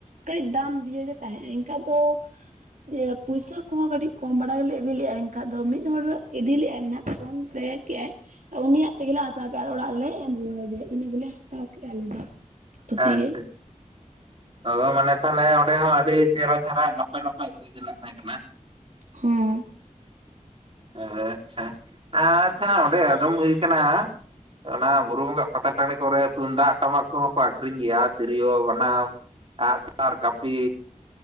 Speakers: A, on the right; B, on the right.
A: ᱠᱟᱹᱴᱤᱡ ᱫᱟᱢ ᱫᱤᱭᱮ ᱜᱮ ᱛᱟᱦᱮᱸᱫ ᱮᱱᱠᱟᱱ ᱫᱚ ᱡᱮ ᱯᱩᱭᱥᱟᱹ ᱠᱚᱦᱚᱸ ᱠᱟᱹᱴᱤᱡ ᱠᱚᱢ ᱵᱟᱲᱟ ᱜᱮᱞᱮ ᱤᱫᱤ ᱞᱮᱜᱼᱟ ᱮᱱᱠᱷᱟᱡ ᱫᱚ ᱢᱤᱫ ᱦᱚᱲᱚᱲ ᱤᱫᱤ ᱞᱮᱟᱭ ᱦᱮᱱᱟᱜ ᱯᱷᱳᱱ ᱯᱮ ᱠᱮᱜᱼᱟᱭ ᱩᱱᱤᱭᱟᱜ ᱛᱮᱜᱮ ᱞᱮ ᱦᱟᱛᱟᱣ ᱠᱮᱫᱼᱟ ᱟᱨ ᱚᱲᱟᱜ ᱨᱮᱞᱮ ᱮᱢ ᱨᱩᱣᱟᱹᱲ ᱟᱫᱮᱭᱟ ᱤᱱᱟᱹ ᱜᱮᱞᱮ ᱦᱟᱛᱟᱣ ᱠᱮᱫᱼᱟ ᱟᱞᱮ ᱫᱚ ᱛᱷᱩᱛᱤ
B: ᱦᱮᱸ ᱮᱱᱛᱮᱫ
A: ᱜᱮ
B: ᱟᱫᱫᱟ ᱢᱟᱱᱮ ᱛᱟᱦᱞᱮ ᱚᱸᱰᱮ ᱦᱚᱸ ᱟᱹᱰᱤ ᱪᱮᱦᱨᱟ ᱪᱮᱦᱨᱟ ᱱᱟᱯᱟᱭ ᱱᱟᱯᱟᱭ ᱦᱩᱭ ᱪᱟᱞᱟᱜ ᱛᱟᱦᱮᱸ ᱠᱟᱱᱟ
A: ᱦᱮᱸ
B: ᱟᱪᱪᱷᱟ ᱟᱪᱪᱷᱟ ᱚᱸᱰᱮ ᱟᱸᱡᱚᱢ ᱦᱩᱭ ᱟᱠᱟᱱᱟ ᱚᱱᱟ ᱵᱩᱨᱩ ᱵᱚᱸᱜᱟ ᱯᱟᱛᱟ ᱴᱟᱸᱬᱤ ᱠᱚᱨᱮ ᱛᱩᱢᱫᱟᱜ ᱴᱟᱢᱟᱠ ᱠᱚᱦᱚᱸ ᱠᱚ ᱟᱠᱠᱷᱨᱤᱧ ᱜᱮᱭᱟ ᱛᱤᱨᱭᱳ ᱵᱟᱱᱟᱢ ᱟᱸᱜ-ᱥᱟᱨ ᱠᱟᱹᱯᱤ